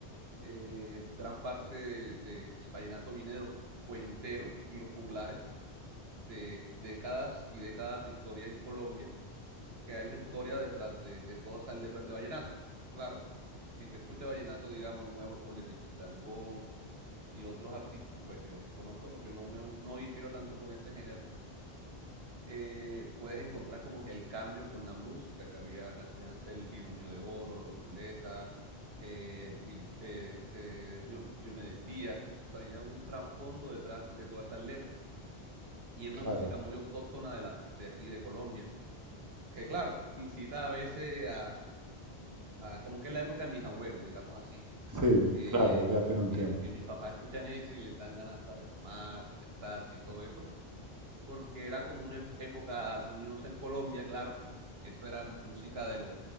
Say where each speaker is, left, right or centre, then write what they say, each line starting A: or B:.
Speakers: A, on the right; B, on the right.
A: eh, gran parte de- de- del vallenato viene de los cuenteros y los juglares de décadas y décadas de historia en Colombia, que hay una historia detrás de, de todas esas letras de vallenato. Claro, si tú escuchas vallenato, digamos, nuevo como el de Silvestre Dangond y otros artistas, pues que desconozco porque no me no difiero tanto con ese género, eh, puedes encontrar como que el cambio con la música que había casi antes, el binomio de oro, los Zuleta, eh, si- eh, este, Dio- Diomedes Díaz, o sea, había un trasfondo detrás de todas esas letras. Y es
B: claro.
A: una música muy autóctona de, la, de aquí, de Colombia, que claro, <laughs> incita a veces a, a como que es la época de mis abuelos, digamos así
B: Sí,
A: que,
B: claro, ya tiene un
A: que,
B: tiempo.
A: que mis papás escuchan eso y les dan ganas hasta de tomar, de sentarse y todo eso, porque era como una época armoniosa en Colombia, claro, eso era música de los